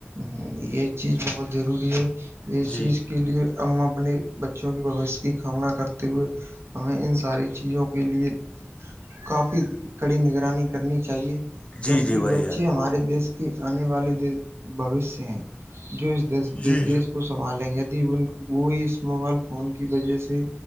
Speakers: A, on the right; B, on the left.
A: ہ یہ چیز بہت ضروری ہے یہ
B: جی
A: چیز کے لیے ا اپنے بچوں کی بوش کی کامنا کرتے ہوئے ہمیں ان ساری چیزوں کے لیے کافی کڑی نگرانی کرنی چاہیے کیونک
B: جی جی بھائی
A: بچے
B: جان
A: ہمارے دیش کے آنے والے بوشیہ ہیں جو اس
B: جی
A: دیش کو سنبھالیں گے یدی ان وہ اس موبائل فون کی وجہ سے